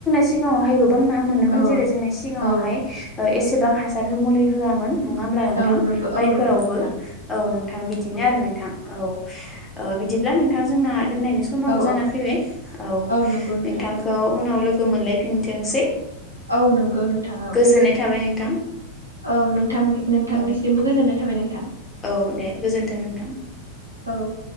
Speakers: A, on the left; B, on the right.
A: ज गोबां ना मोनोमोन
B: औ
A: जेरै जोंना सिगाङावहाय
B: औ
A: ओ एसेबां हासार मुलि होयामोन नङा होमब्ला नोंथां
B: औ नंगौ
A: माइफोरावबो
B: औ नंगौ नोंथां
A: औ नोंथां बिदिनो आरो नोंथां औ ओ बिदिब्ला नोंथां जोंना दोनायनि सम समाव
B: औ
A: जाना फैबाय औ
B: नंगौ नोंथां
A: नोंथांखौ
B: औ
A: उनाव लोगो मोनलायफिनथोंसै
B: औ नंगौ नोंथां औ
A: गोजोननाय थाबाय नोंथां।
B: औ नोंथांनि नोंथांनिसिमबो
A: औ
B: गोजोननाय थाबाय नोंथां
A: औ दे गोजोन्थों नोंथां
B: औ